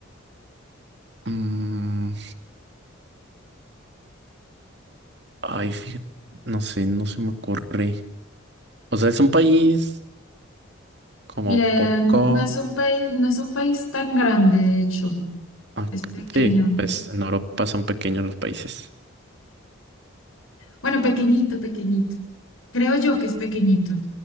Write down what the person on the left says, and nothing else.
mira,
no es un país, no es un país tan grande, de hecho,
es pequeño.
es-
bueno, pequeñito, pequeñito. Creo yo que es pequeñito.